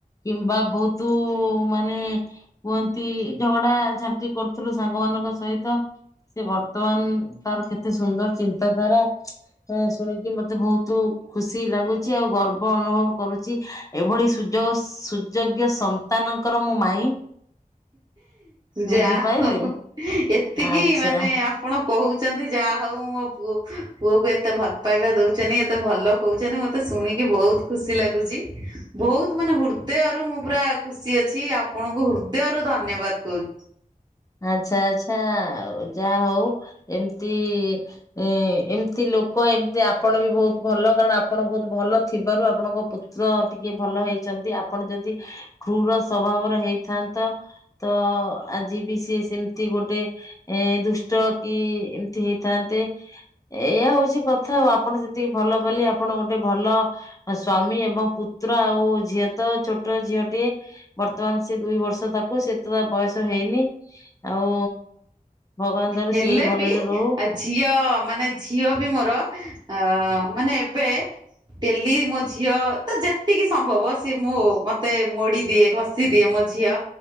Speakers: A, on the left; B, on the right.
A: କିମ୍ବା ବହୁତ ମାନେ କୁହନ୍ତି ଝଗଡା ଝାଟି କରୁଥିଲୁ ସାଙ୍ଗ ମାନଙ୍କ ସହିତ ସେ ବର୍ତ୍ତମାନ ତାର କେତେ ସୁନ୍ଦର ଚିନ୍ତାଧାରା। ହ ଶୁଣିକି ମତେ ବହୁତ ଖୁସି ଲାଗୁଛି ଆଉ ଗର୍ବ ଅନୁଭବ କରୁଛି ଏଭଳି ସୁ ସୁଯୋଗ ସୁଯୋଗ୍ୟ ସନ୍ତାନଙ୍କର ମୁଁ ମାଇଁ।
B: ଯାହ
A: ବୁଝିପାଇଲେ
B: ଏତିକି
A: ଆଚ୍ଛା।
B: ମାନେ ଆ ଆପଣ କହୁଛନ୍ତି ଯା ହଉ ମୋ ପୁଅ ପୁଅକୁ ଏତେ ଭଲ ପାଇବା ଦଉଚନି ଏତେ ଭଲ କହୁଚନ୍ତି ମତେ ଶୁଣିକି ବହୁତ୍ ଖୁସି ଲାଗୁଚି ବହୁତ୍ ମାନେ ହୃଦୟରୁ ମୁଁ ପୁରା ଖୁସି ଅଛି ଆପଣଙ୍କୁ ହୃଦୟରୁ ଧନ୍ୟବାଦ କହୁଚି।
A: ଆଚ୍ଛା ଆଚ୍ଛା ଯାହା ହଉ ଏମିତି ଏ ଏମତି ଲୋକ ଏମତି ଆପଣ ବି ବହୁତ ଭଲ କାରଣ ଆପଣ ବହୁତ ଭଲ ଥିବାରୁ ଆପଣଙ୍କ ପୁ ପତ୍ର ଟିକେ ଭଲ ହେଇଛନ୍ତି। ଆପଣ ଯଦି କ୍ରୁର ସଵଭାବର ହେଇଥାନ୍ତ ତ ଆଜି ବି ସି ସେମିତି ଗୋଟେ ଏ ଦୁଷ୍ଟ କି ଏମିତି ହେଇଥାନ୍ତେ ଏଇୟଆ ହଉଛି କଥା ଆଉ ଆପଣ ସେତିକି ଭଲ ବୋଲି ଆପଣ ଗୋଟେ ଭଲ- ସ୍ଵାମୀ ଏବଂ ପୁତ୍ର ଆଉ ଝିଅ ତ ଛୋଟ ଝିଅଟି- ବର୍ତ୍ତମାନ ସେ ଦୁଇ ବର୍ଷ ତାକୁ ସେତେଟ ବୟସ ହେଇନି ଆଉ। ଭଗବାନ ତର
B: ହେଲେ
A: ସେଇ ଭଲରେ
B: ବି
A: ରହୁ।
B: ଆ ଝିଅ ମାନେ ଝିଅ ବି ମୋର ଅ ମାନେ ଏବେ- ଡେଲି ମୋ ଝିଅ ତ ଯେତିକି ସମ୍ଭବ ସିଏ ମୁଁ ମତେ ମୋଡି ଦିଏ ଖସି- ଦିଦି ଦିଏ ମୋ ଝିଅ